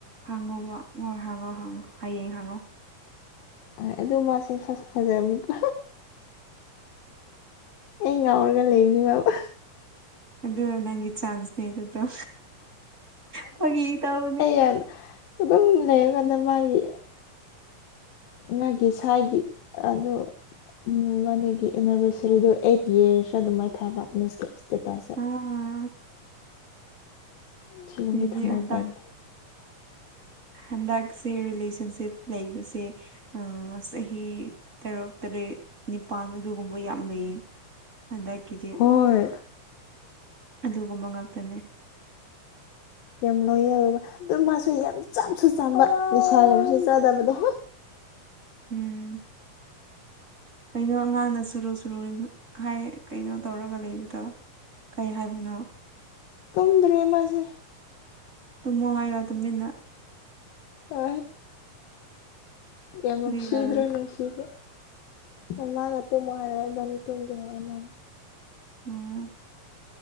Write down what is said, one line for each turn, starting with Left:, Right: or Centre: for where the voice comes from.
Right: ꯍꯪꯉꯣꯕ ꯍꯣꯏ ꯍꯪꯉꯣ ꯍꯥꯡꯉꯣ ꯍꯌꯦꯡ ꯍꯪꯉꯣ
Left: ꯍ ꯑꯗꯨ ꯃꯥꯁꯦ ꯐꯁ ꯐꯖꯕꯅꯤꯀꯣ ꯑꯩ ꯉꯥꯎꯔꯒ ꯂꯩꯕꯅꯤ ꯃꯥꯕ
Right: ꯑꯗꯨꯗ ꯅꯪꯒꯤ ꯆꯥꯟꯁꯅꯦꯗꯨꯣ ꯐ ꯇꯎꯅꯦ
Left: ꯑꯦꯟ ꯑꯗꯨꯝ ꯂꯩꯔꯀꯥꯟꯗ ꯃꯥꯒꯤ ꯃꯥꯒꯤ ꯁ꯭ꯋꯥꯥꯏꯒꯤ ꯑꯗꯨ ꯎꯝꯕꯥꯅꯤꯒꯤ ꯑꯦꯅꯤꯚꯔꯁꯔꯤꯗꯣ ꯑꯩꯠ ꯌꯔꯁ ꯑꯗꯨꯝ ꯃꯥꯏ ꯊꯥꯔ ꯂꯥꯛꯄꯅꯦ ꯏꯁꯀꯤ ꯏꯁꯇꯦꯇꯥꯁ
Right: ꯎ
Left: ꯁꯤꯒꯨꯝꯗꯤ
Right: ꯃꯤꯗꯤ
Left: ꯊꯃꯣꯏ
Right: ꯍꯟꯗꯛ
Left: ꯄꯥꯏꯂꯦ
Right: ꯍꯟꯗꯛꯁꯦ ꯔꯤꯂꯦꯁꯟꯁꯤꯞ ꯂꯩꯕꯁꯦ ꯑ ꯆꯍꯤ ꯇꯔꯨꯛ ꯇꯔꯦꯠ ꯅꯤꯄꯥꯜ ꯑꯗꯨꯒꯨꯝꯕ ꯌꯥꯝ ꯂꯩꯌꯦ ꯑꯗꯀꯗ
Left: ꯍꯣꯏ
Right: ꯑꯗꯨꯒꯨꯝꯕ ꯉꯥꯛꯇꯅꯦ
Left: ꯌꯥꯝ ꯅꯣꯏꯌꯦꯕ ꯑꯗꯨ ꯃꯥꯁꯨ ꯌꯥꯝ ꯆꯥꯁꯨ ꯆꯥꯕ ꯅꯤꯁꯥꯒꯨꯝꯁ ꯆꯥꯗꯕꯗꯣ
Right: ꯎꯝ ꯀꯩꯅꯣ ꯑꯉꯥꯡꯅ ꯁꯨꯔꯨ ꯁꯨꯔꯨ ꯍꯥꯏ ꯀꯩꯅꯣ ꯇꯧꯔꯒ ꯂꯩꯕꯗꯣ ꯀꯩ ꯍꯥꯏꯕꯅꯣ
Left: ꯇꯨꯝꯗ꯭ꯔꯔꯤ ꯃꯥꯁꯦ
Right: ꯇꯨꯝꯃꯣꯉꯥꯏꯣ ꯇꯃꯤꯟꯅ
Left: ꯑ ꯌꯥꯝ ꯃꯁꯤꯗ꯭ꯔꯦ
Right: ꯐꯔꯤꯗꯕꯅꯦ
Left: ꯃꯅꯨꯡꯁꯤꯗꯦ ꯃꯃꯒ ꯇꯨꯝ ꯍꯔꯦ ꯃꯥꯅꯤ ꯇꯨꯝꯒꯦ ꯍꯥꯏꯦꯃꯅꯤ
Right: ꯎꯝ